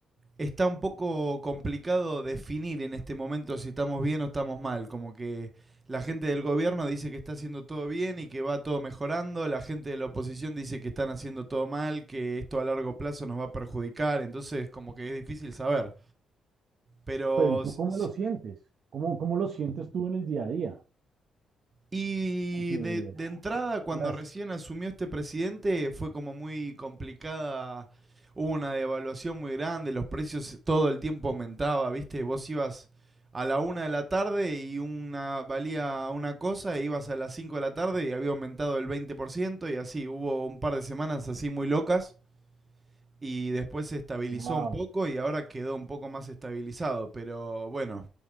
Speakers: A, on the right (about 25°); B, on the right (about 60°).
A: está un poco complicado definir en este momento si estamos bien o estamos mal. Como que la gente del gobierno dice que está haciendo todo bien y que va todo mejorando. La gente de la oposición dice que están haciendo todo mal, que esto a largo plazo nos va a perjudicar. Entonces, como que es difícil saber. Pero.
B: Pero ¿y tú cómo
A: si-
B: lo sientes? ¿Cómo, cómo lo sientes tú en el día a día?
A: Y
B: Porque
A: de, de entrada, cuando
B: las,
A: recién asumió este presidente, fue como muy complicada. Hubo una devaluación muy grande, los precios todo el tiempo aumentaba, ¿viste? Vos ibas a la una de la tarde y una valía una cosa, e ibas a las 5 de la tarde y había aumentado el 20% y así. Hubo un par de semanas así muy locas y después se estabilizó
B: Wow,
A: un poco y ahora quedó un poco más estabilizado, pero bueno,